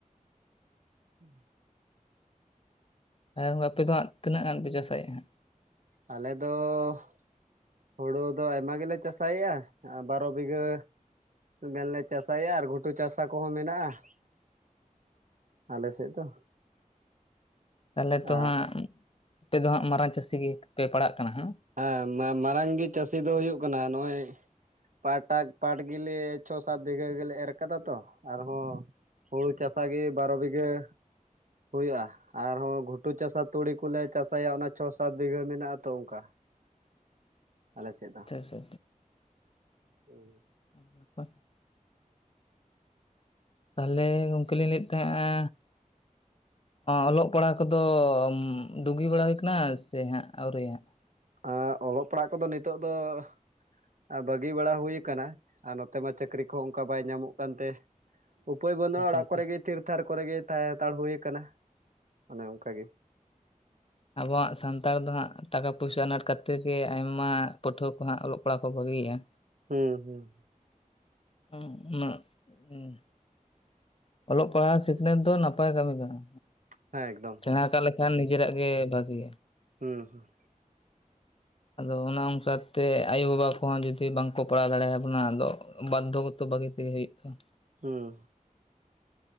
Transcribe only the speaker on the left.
ᱦᱮᱸ ᱦᱳ ᱟᱯᱮ ᱫᱚᱦᱟ-ᱜ ᱛᱤᱱᱟᱹᱜ ᱜᱟᱱ ᱯᱮ, ᱪᱟᱥᱟᱭᱮᱫᱼᱟᱜ?
ᱛᱟᱦᱚᱞᱮ
ᱛᱚ ᱦᱟᱸᱜ, ᱟᱯᱮ ᱫᱚ ᱦᱟᱸᱜ, ᱢᱟᱨᱟᱝ ᱪᱟᱹᱥᱤ ᱜᱮᱯᱮ ᱯᱟᱲᱟᱽᱜ ᱠᱟᱱᱟ᱾ ᱦᱟᱸᱜ?
<inaudible>
ᱟᱪᱪᱷᱟ ᱟᱪᱪᱷᱟ
ᱟᱰᱤ ᱱᱟᱯᱟᱭ᱾ ᱛᱟᱦᱚᱞᱮ ᱜᱚᱝᱠᱮ ᱞᱤᱧ ᱞᱟᱹᱭᱮᱫ ᱛᱟᱦᱮᱸᱱᱟ᱾ ᱚᱞᱚᱜ ᱯᱟᱲᱦᱟ-ᱜ ᱠᱚᱼᱫᱚ ᱰᱩᱜᱤ ᱵᱟᱲᱟ ᱦᱩᱭ ᱠᱟᱱᱟ ᱾ ᱥᱮ ᱦᱟᱸᱜ ᱟᱹᱣᱩᱨᱤ ᱦᱟᱸᱜ?
ᱟᱪᱪᱷᱟ
ᱟᱪᱪᱷᱟ
ᱟᱵᱚᱣᱟᱼᱜ ᱥᱟᱱᱛᱟᱲ ᱫᱚ ᱦᱟᱸᱜ ᱴᱟᱠᱟ ᱯᱩᱭᱥᱟ ᱾ ᱟᱱᱟᱴ ᱠᱷᱟᱹᱛᱤᱨ ᱜᱮ ᱟᱭᱢᱟ᱾ ᱯᱟᱹᱴᱷᱩᱣᱟᱹ ᱠᱚ ᱦᱟᱸᱜ ᱚᱞᱚᱜ᱾ ᱠᱚᱯᱲᱟ ᱠᱚ ᱵᱟᱹᱜᱤᱼᱟ᱾
ᱩᱸ ᱢᱟᱜ ᱩᱸ ᱚᱞᱚᱜ ᱯᱟᱲᱦᱟ-ᱜ ᱥᱤᱠᱷᱱᱟᱹᱛ ᱫᱚ, ᱱᱟᱯᱟᱭ ᱠᱟᱹᱢᱤ ᱠᱟᱱᱟ᱾
ᱥᱮᱬᱟᱸ
ᱠᱟᱜ ᱞᱮᱠᱷᱟᱱ ᱱᱤᱡᱮᱨᱟ-ᱜ ᱜᱮ, ᱵᱷᱟᱹᱜᱤᱭᱟ᱾
ᱟᱫᱚ ᱚᱱᱟ ᱚᱝᱠᱟ ᱛᱮ ᱟᱭᱳᱼᱵᱟᱵᱟ ᱠᱚᱼᱦᱚᱸ ᱡᱩᱫᱤ ᱵᱟᱝᱠᱚ ᱯᱟᱲᱦᱟ-ᱣ ᱫᱟᱲᱮᱭᱟᱵᱚᱱᱟ ᱾ ᱟᱫᱚ ᱵᱟᱫᱽᱫ ᱚᱠᱚᱛᱚ ᱵᱷᱟᱹᱜᱤ ᱛᱮᱜᱮ ᱦᱩᱭᱩᱜᱼᱟ᱾ ᱛᱟᱢᱟ